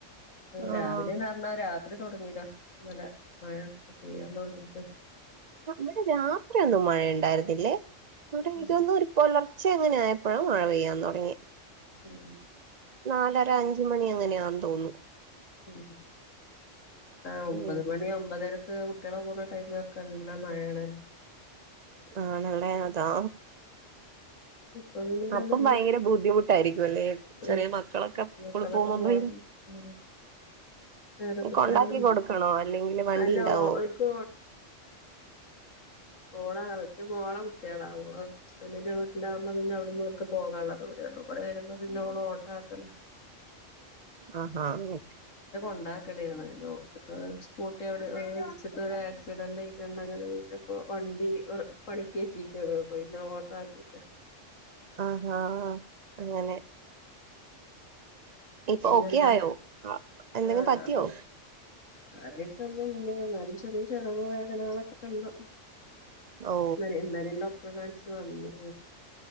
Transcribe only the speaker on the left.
രാവിലെന്ന് പറഞ്ഞ അത്ര തുടങ്ങിയതാ നല്ല മഴ പെയ്യാൻ തുടങ്ങി
ഉം
ഉം
ഉ ആഹ ഒമ്പത്
മണി ഒമ്പതര കുട്ടികളെ പോണ ടൈമിലൊക്കെ നല്ല മഴാണ്
ഇപ്പൊ പിന്നൊരിതുണ്ട്
ഉം
മക്കളൊക്കെ
പോവാൻ ഉം നേരെ കുട്ടികളുണ്ട്
അല്ല
ഓ ഓൽക്ക് ഓള ഒറ്റ മോള കുട്ടികള ഓള് ഹസ്ബൻഡിന്റെ വീട്ടിലാകുമ്പോ പിന്നെ അവിടുന്ന്ക്ക് പോകാനുള്ള ദൂരേ ഉള്ളൂ ഇവിടെ വരുമ്പോ പിന്നെ ഓള് ഓട്ടോ ആക്കല്ല
ഉണ്ടാക്കലായാര്ന്നു പിന്നെ ഓക്ക് സ്കൂട്ടി അവിടെ അവ് ഇടിച്ചിട്ട് ഒരു ആക്സിഡന്റായിക്കാണ്ടങ്ങനെ പിന്നെ പ്പ വണ്ടി വർ പണിക്ക് എറ്റീക്കാണ് പിന്നെ ഓട്ടാക്കി
പിന്നെന്താ
ആഹ്
കാര്യായിട്ടൊന്നും ഇല്ല ന്നാലും ചെറിയ ചതവൊ വേദനകളൊക്കെ ഇണ്ട്.
നരേ നരേന്ദം ഇപ്പോ കാണ്ച്ച് വന്ന്